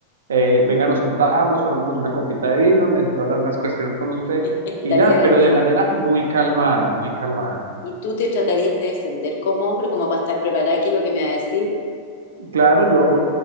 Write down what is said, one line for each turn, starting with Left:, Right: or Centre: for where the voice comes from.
Right: eh, venga, nos sentamos, tomémonos una copita de vino, necesito hablar unas cuestiones con usted
Left: <laughs> Estaría
Right: y ya,
Left: bien.
Right: pero de manera muy calmada, muy calmada.
Left: Y tú te tratarías de defender como hombre, como para estar preparada, ¿qué es lo que me va a decir?
Right: Claro, yo,